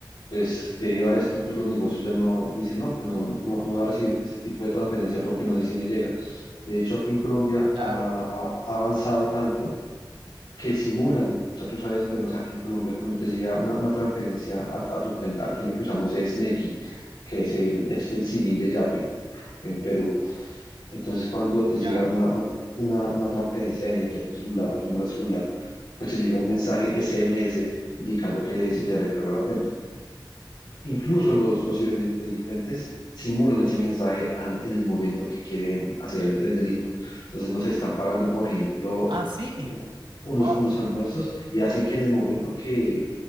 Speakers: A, on the left (about 80°); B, on the right (about 80°).
A: pues, debido a esto, pues los negocios ya no dicen, no, pues no, no, no voy a recibirte este tipo de transferencia porque no sé si me llega. De hecho, aquí en Colombia
B: Claro,
A: ha, ha- ha avanzado tanto que simulan, o sea, tú sabes, pues no sé, aquí en Colombia cuando te llega una, una transferencia a, a tu cuenta, aquí lo que usamos es Nequi, que es el, es el símil de Yape en Perú. Entonces, cuando te llega
B: ya.
A: una, una, una- una transferencia de energía a tu celular, a tu número celular, pues te llega un mensaje SMS indicando que se te recargó la cuenta. Incluso los, los ciberdelincuentes simulan ese mensaje an- en el momento que quieren hacer el, el delito. Entonces, no se están pagando, por ejemplo,
B: Ah, sí,
A: u- unos,
B: wow,
A: unos almuerzos y hacen que en el momento que,